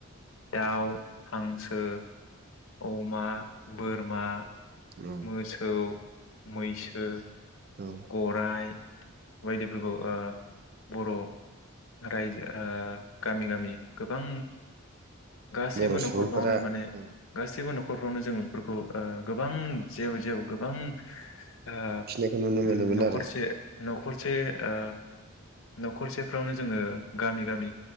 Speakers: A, on the left; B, on the right.
A: दाउ, हांसो अमा बोरमा
B: औ
A: मोसौ मैसो
B: औ
A: गराय बायदिफोरखौ ओ बर' रायजो ओ गामि गामि गोबां गासैबो
B: बर'
A: न'खरफ्रावनो
B: सुबुंफोरा
A: माने
B: औ
A: गासिबो नख न'खरफ्रावनो जों बेफोरखौ ओ गोबां जेव जेव गोबां ओ
B: फिनायखौ नुनो मोनोमोन
A: उम न'खरसे
B: आरो
A: न'खरसे ओ न'खरसेफ्रावनो जोङो गामि गामि